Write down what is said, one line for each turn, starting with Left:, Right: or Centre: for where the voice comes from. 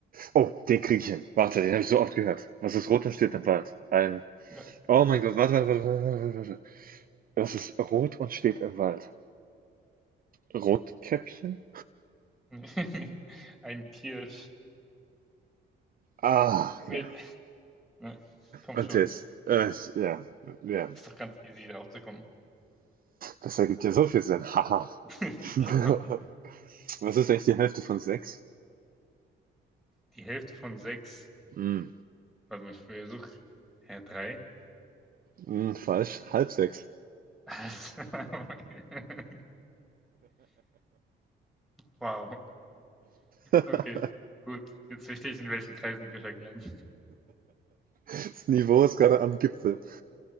Right: Oh, den krieg ich hin. Warte, den habe ich so oft gehört. Was ist rot und steht
Centre: Hm,
Right: im Wald? Ein
Centre: Ja.
Right: Oh mein Gott, warte, warte, warte, warte, warte, Das ist rot und steht im Wald. Rotkäppchen?
Centre: <laughs> Ein Kirsch.
Right: Ah,
Centre: Nee.
Right: ja.
Centre: Ja, komm
Right: Und
Centre: schon.
Right: das? äh, ja, ja.
Centre: Ist doch ganz easy, darauf zu kommen.
Right: Das ergibt ja so viel Sinn. Haha.
Centre: <laughs>
Right: <laughs>
Centre: Genau.
Right: Was ist eigentlich die Hälfte von sechs?
Centre: Die Hälfte von sechs.
Right: Hm,
Centre: Also ich versuche. Hä, drei?
Right: hm, falsch. Halb sechs.
Centre: <laughs> wow.
Right: <laughs>
Centre: Okay, gut. Jetzt verstehe ich, in welchen Kreisen wir verkehren.
Right: Das Niveau ist gerade am Gipfel.